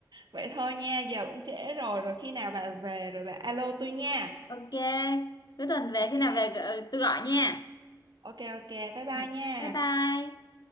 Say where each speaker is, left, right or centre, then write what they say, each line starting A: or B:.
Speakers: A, on the right (about 80°); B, on the left (about 65°).
A: Vậy thôi nha, giờ cũng trễ rồi, rồi khi nào bà về rồi bà alo tôi nha.
B: Ok. Cuối tuần về
A: Ok,
B: khi nào về gợ- tôi gọi nha.
A: ok, ok, bye bye
B: Ừm,
A: nha.
B: Bye bye.